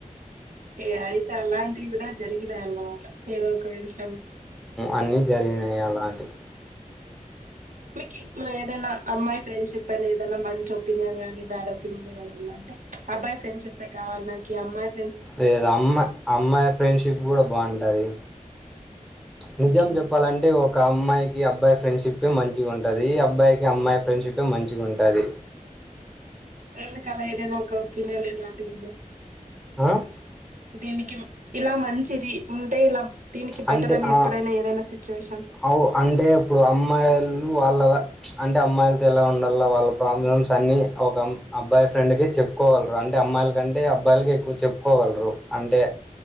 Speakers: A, on the right; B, in the centre.
A: ఏ అయితే అలాంటివి కూడా జరిగదాయిన్నమాట ఏదో ఒక విషయం
B: అన్ని జరిగినాయి అలాంటివి
A: మీకు ఏదైనా అమ్మాయి ఫ్రెండ్షిప్ అని ఏదైనా మంచి ఒపీనియన్ కానీ బ్యాడ్ ఒపీనియన్ కానీన్నా అబ్బాయి ఫ్రెండ్షిప్ కావాల నాకి అమాయి
B: లేదు అమ్మాయి అమ్మాయి ఫ్రెండ్షిప్ కూడా బాగుంటది నిజం
A: ఓకే
B: చెప్పాలంటే ఒక అమ్మాయి అబ్బాయి ఫ్రెండ్షిప్ మంచిగా ఉంటది అబ్బాయికి అమ్మాయి ఫ్రెండ్షిప్ మంచిగా ఉంటది
A: ఎందుకలా ఏదైనా ఒక ఒక ఒపీనియన్ ఇదింది
B: ఆ
A: దీనికి ఇలా మంచిది ఉంటే ఇలా దీనికి బెటర్
B: అంటే
A: అని ఎప్పుడైనా
B: ఆ
A: ఏదైనా సిచ్యువేషన్
B: అవు అంటే ఇప్పుడు అమ్మాయిలు వాళ్ళ అంటే అమ్మాయిలతో ఎలా ఉండలో వాళ్ళ ప్రాబ్లమ్స్ అన్ని ఒక అబ్బాయి ఫ్రెండ్ క చెప్పుకోగలరు అంటే అమ్మాయిల కంటే అబ్బాయిలకి ఎక్కువ చెప్పుకోగలరు అంటే